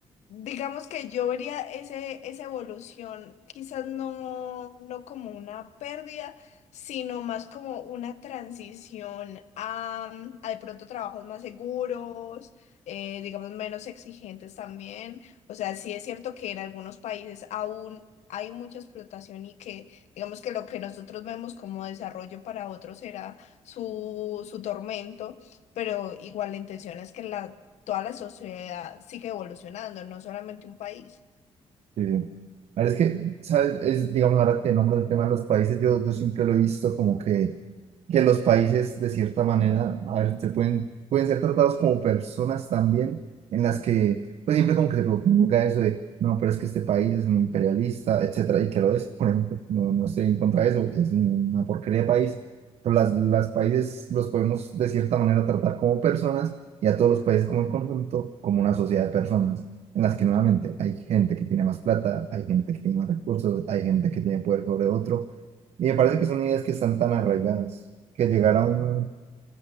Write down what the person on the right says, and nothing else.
Sí, sí. A ver, Es que, ¿sabes? Es, digamos, ahora que nombras el tema de los países, yo, yo siempre lo he visto como que, que los países, de cierta manera, a ver, se pueden, pueden ser tratados como personas también, en las que, pues siempre como que se proponga eso de, no, pero es que este país es un imperialista, etcétera, y que lo es, por ejemplo, no, no estoy en contra de eso, es una porquería de país, pero las, las países los podemos, de cierta manera, tratar como personas y a todos los países como en conjunto, como una sociedad de personas en las que nuevamente hay gente que tiene más plata, hay gente que tiene más recursos, hay gente que tiene poder sobre otro. Y me parece que son ideas que están tan arraigadas que llegar a un,